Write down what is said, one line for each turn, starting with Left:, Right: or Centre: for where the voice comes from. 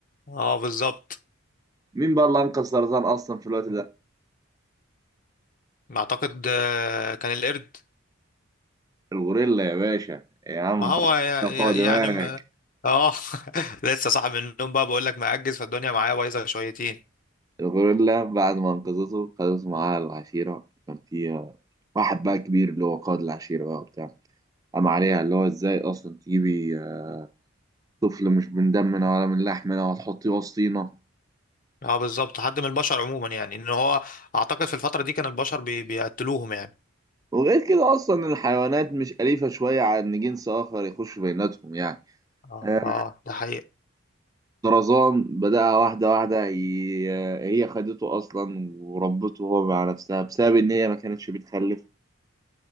Left: اه بالظبط
Right: مين بقى اللي انقذ سرطان اصلا في الوقت ده؟
Left: اعتقد آه، كان القرد
Right: الغوريلا يا باشا يا عم
Left: ما هو
Right: فحص
Left: يا- يا-
Right: فوق دماغك
Left: يعني م- اه <laughs> لسه صاحي من النوم بقى بقول لك مأجز فالدنيا معايا بايظه شويتين
Right: الغوريلا بعد ما انقذته خدته معاها العشيرة كان فيها واحد بقى كبير اللي هو قائد العشيرة بقى وبتاع قام عليها اللي هو ازاي اصلا تجيبي آه، طفل مش من دمنا ولا من لحمنا وتحطيه وسطينا
Left: اه بالظبط حد من البشر عموما يعني ان هو اعتقد في الفتره دي كان البشر بي... بيقتلوهم يعني
Right: وغير كده اصلا الحيوانات مش أليفة شوية على ان جنس اخر يخش بيناتهم يعني
Left: اه
Right: آه،
Left: اه ده آه. حقيقي
Right: طرزان بدأ واحدة واحدة ي- آه، هي خدته اصلا وربته هو مع نفسها بسبب ان هي ما كانتش بتخلف